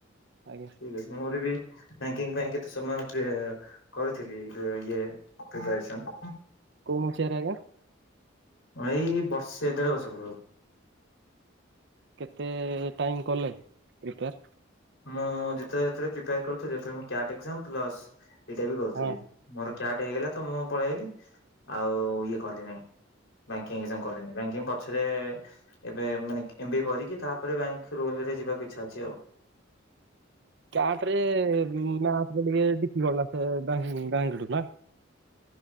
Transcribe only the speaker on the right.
ଆଜ୍ଞା।
କୋଉଁ ମସିଆରେ ଆଜ୍ଞା।
କେତେ ଟାଇମ୍ କଲେ ପ୍ରିପେୟା
ହଁ
କ୍ୟାଟ୍ ରେ ମ୍ୟାପରେ ମିଳେ ଡିପି <inaudible> ବ୍ୟଙ୍କଠୁ ନା।